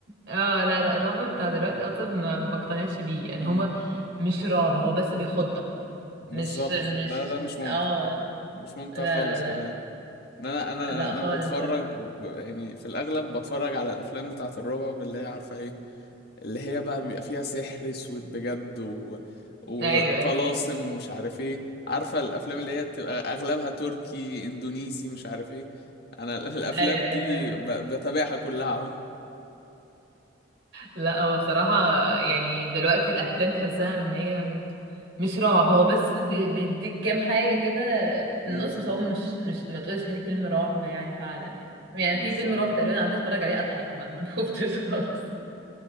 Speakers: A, on the right; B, on the left.
A: اه لا لا الرعب بتاع دلوقتي اصلا ما بقتنعش بيه يعني
B: امم
A: هما مش رعب هو بس بيخضك
B: بالظبط
A: مش مش
B: ده ده مش ممتع
A: اه
B: مش ممتع
A: لا
B: خالص
A: لا لا
B: كمان ان انا انا
A: لا
B: انا
A: خالص
B: بتفرج
A: بصراحه
B: ب- يعني في الاغلب بتفرج على الافلام بتاعه الرعب اللي هي عارفه ايه اللي هي بقى بيبقى فيها سحر اسود بجد و... وطلاسم
A: ايوه ايوه
B: ومش عارف ايه عارفه الافلام اللي هي بتبقى اغلبها تركي اندونيسي مش عارف ايه انا <laughs> ال- الافلام
A: ايوه ايوه
B: دي
A: فاهمك
B: ب... بتابعها كلها <laughs> عم.
A: لا هو بصراحة يعني دلوقتي الأفلام تحسها إن هي مش رعب هو بس بي- بيديك كام حاجة كده في
B: امم
A: النص بس هو مش مش ما تقولش عليه فيلم رعب يعني فعلا يعني يعني
B: بالظبط
A: في فيلم رعب تقريبا قعدت اتفرج عليه اضحك ما <laughs> خفتش خالص